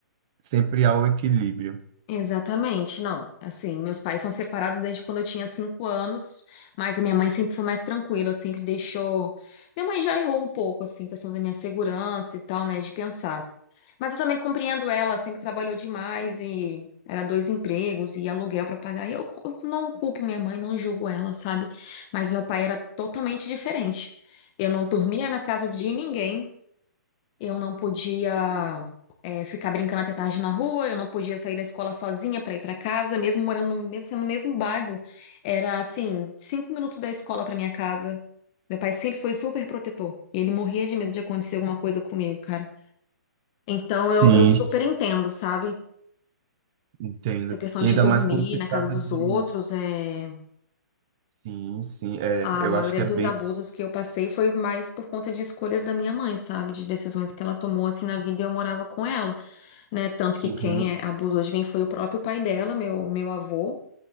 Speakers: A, on the right; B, on the left.
A: Sempre há o equilíbrio.
B: exatamente. Não, assim, meus pais são separados desde quando eu tinha cinco anos, mas a minha mãe sempre foi mais tranquila, sempre deixou. Minha mãe já errou um pouco, assim, questão da minha segurança e tal, né, de pensar. Mas eu também compreendo ela, sempre trabalhou demais e era dois empregos e aluguel para pagar. E eu, cu- eu não culpo minha mãe, não julgo ela, sabe? Mas meu pai era totalmente diferente. Eu não dormia na casa de ninguém, eu não podia eh, ficar brincando até tarde na rua, eu não podia sair da escola sozinha para ir para casa, mesmo morando no, mesmo sendo no mesmo bairro. Era assim, cinco minutos da escola para minha casa. Meu pai sempre foi super protetor. E ele morria de medo de acontecer alguma coisa comigo, cara. Então
A: Sim,
B: eu, eu super
A: s-
B: entendo, sabe?
A: entendo.
B: Essa questão
A: E
B: de
A: ainda
B: dormir
A: mais quando se
B: na
A: trata
B: casa dos
A: de.
B: outros, é...
A: Sim, sim, é,
B: a
A: eu
B: maioria
A: acho que é
B: dos
A: bem.
B: abusos que eu passei foi mais por conta de escolhas da minha mãe, sabe? De decisões que ela tomou assim na vida e eu morava com ela, né? Tanto que
A: Uhum,
B: quem é, abusou de mim foi o próprio pai dela, meu, meu avô,